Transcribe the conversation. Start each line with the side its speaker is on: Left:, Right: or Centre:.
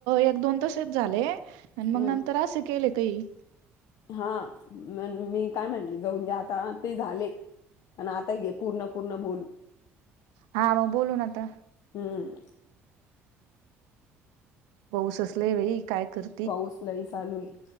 Right: एक दोन तसेच झाले, आणि मग
Left: हम्म
Right: नंतर असे केले काही.
Left: हा म मी काय म्हणले जाऊन दे आता ते झाले. पण आता घे पूर्ण पूर्ण बोलू.
Right: हा म बोलून न आता.
Left: हम्म
Right: पाऊसच लई बई काय कर
Left: पाऊस लय चालूये.